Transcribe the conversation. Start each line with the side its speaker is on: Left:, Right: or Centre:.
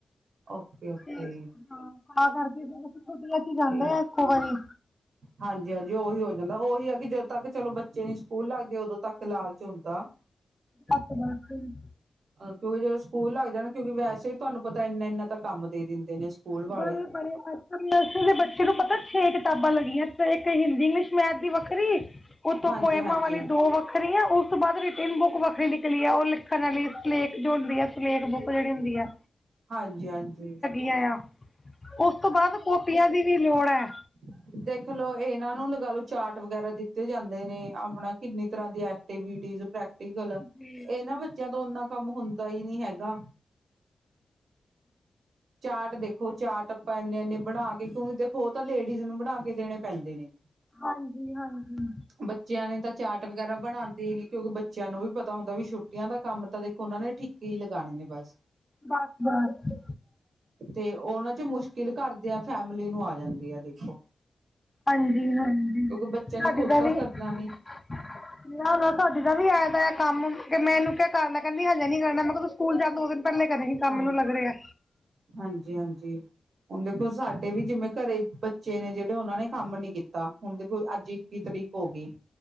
Right: ਓਕੇ ਓਕੇ
Left: ਤਾਂ ਕਰਕੇ ਫ਼ਿਰ ਛੁੱਟੀਆਂ ਚ ਜਾਂਦੇ
Right: ਠੀਕ
Left: ਆ ਇੱਕੋ ਵਾਰੀ
Right: ਹਾਂਜੀ ਹਾਂਜੀ ਉਹੀ ਹੋ ਜਾਂਦਾ ਉਹੀ ਆ ਕਿ ਜਦੋਂ ਤੱਕ ਚਲੋ ਬੱਚੇ ਨੀ ਸਕੂਲ ਲੱਗਦੇ ਉਦੋਂ ਤੱਕ ਲਾਲਚ ਹੁੰਦਾ
Left: ਘੱਟ ਜਾਣਾ ਕਿ ਨਹੀਂ
Right: ਕਿਉਂਕਿ ਜਦੋਂ ਸਕੂਲ ਲੱਗ ਜਾਣ ਕਿਉਂਕਿ ਵੈਸੇ ਤੁਹਾਨੂੰ ਪਤਾ ਇੰਨਾ ਇੰਨਾ ਤਾਂ ਕੰਮ ਦੇ ਦਿੰਦੇ ਨੇ ਸਕੂਲ ਵਾਲੇ
Left: ਬੜੇ ਬੜੇ ਅੱਛ ਨਰਸ ਦੇ ਬੱਚੇ ਨੂੰ ਪਤਾ ਛੇ ਕਿਤਾਬਾਂ ਲੱਗੀਆਂ ਇੱਕ ਹਿੰਦੀ ਇੰਗਲਿਸ਼ ਮੈਥ ਦੀ ਵ ਵੱਖਰੀ ਉਤੋਂ
Right: ਹਾਂਜੀ
Left: ਪੋਇਮਾਂ
Right: ਹਾਂਜੀ
Left: ਵਾਲੀ ਦੋ ਵੱਖਰੀਆਂ ਉਸ ਤੋਂ ਬਾਅਦ ਰਿਟਿੰਨ ਬੁੱਕ ਵੱਖਰੀ ਨਿਕਲੀ ਹੈ ਉਹ ਲਿਖਣ ਵਾਲੀ ਸਲੇਕ ਜੋ ਹੁੰਦੀ ਹੈ ਸਲੇਕ ਬੁੱਕ ਜਿਹੜੀ ਹੁੰਦੀ ਹੈ
Right: ਹਾਂਜੀ ਹਾਂਜੀ
Left: ਕਿਆ ਆ ਉਸ ਤੋਂ ਬਾਅਦ ਕੋੋਪੀਆਂ ਦੀ ਵੀ ਲੋੜ ਹੈ
Right: ਹ ਦੇਖਲੋ ਇਹਨਾਂ ਨੂੰ ਲਗਾ ਲੋ ਚਾਰਟ ਵਗੈਰਾ ਦਿੱਤੇ ਜਾਂਦੇ ਨੇ ਆਪਣਾ ਕਿੰਨੀ ਤਰ੍ਹਾਂ ਦੀ ਐਕਟੀਵਿਜ ਪ੍ਰੈਕਟੀਕਲ
Left: ਜੀ
Right: ਇਹ ਨਾ ਬੱਚੇ ਜਦੋਂ ਓਨਾ ਕੰਮ ਹੁੰਦਾ ਹੀ ਨਹੀਂ ਹੈਗਾ ਚਾਰ ਦੇਖੋ ਚਾਰਟ ਆਪਾ ਇੰਨੇ ਇੰਨੇ ਬਣਾ ਕੇ ਕਿਉਂਕਿ ਦੇਖੋ ਉਹ ਤਾਂ ਲੇਡੀਜ਼ ਨੂੰ ਬਣਾ ਕੇ ਦੇਣੇ ਪੈਂਦੇ ਨੇ
Left: ਹਾਂਜੀ ਹਾਂਜੀ
Right: ਬੱਚਿਆਂ ਨੇ ਤਾਂ ਚਾਟ ਵਗੈਰਾ ਬਣਾਉਂਦੇ ਹੀ ਨੀ ਕਿਉਂਕਿ ਬੱਚਿਆਂ ਨੂੰ ਵੀ ਪਤਾ ਹੁੰਦਾ ਵੀ ਛੁੱਟੀਆਂ ਦਾ ਕੰਮ ਤਾਂ ਦੇਖੋ ਉਹਨਾਂ ਨੇ ਠੀਕ ਹੀ ਲਗਾਣੇ ਨੇ ਬਸ
Left: ਬਸ ਬਸ
Right: ਤੇ ਉਹਨਾਂ ਚ ਮੁਸ਼ਕਿਲ ਘਰ ਦੇ ਆ ਫੈਮਲੀ ਨੂੰ ਆ ਜਾਂਦੀ ਹੈ ਦੇਖੋ
Left: ਹਾਂਜੀ ਹਾਂਜੀ
Right: ਕਿਉਂਕਿ ਬੱਚੇ
Left: ਤੁਹਾਡੇ
Right: ਨੇ ਖੁਦ
Left: ਤਾਂ ਇਹ ਵੀ
Right: ਕਰਨਾ
Left: ਨ
Right: ਨੀ
Left: ਤੁਹਾਡੇ ਦਾ ਵੀ ਆਇਆ ਦਾ ਕੰਮ ਕਿ ਮੈਂ ਇਹਨੂੰ ਕਿਹਾ ਕਰ ਲੈ ਕਹਿੰਦੀ ਹਜੇ ਨੀ ਕਰਨਾ ਮੈਂ ਕਿਹਾ ਤੂੰ ਸਕੂਲ ਜਾਣ ਤੋਂ ਦੋ ਦਿਨ ਪਹਿਲੇ ਕਰੇਗੀ ਕੰਮ
Right: ਹਾਂਜੀ
Left: ਮੈਨੂੰ ਲੱਗ ਰਿਹਾ
Right: ਹਾਂਜੀ ਹਾਂਜੀ ਹੁਣ ਦੇਖੋ ਸਾਡੇ ਵੀ ਜਿਵੇਂ ਘਰੇ ਬੱਚੇ ਨੇ ਜਿਹੜੇ ਉਹਨਾਂ ਨੇ ਕੰਮ ਨੀ ਕੀਤਾ ਹੁਣ ਦੇਖੋ ਅੱਜ ਇੱਕੀ ਤਰੀਕ ਹੋ ਗਈ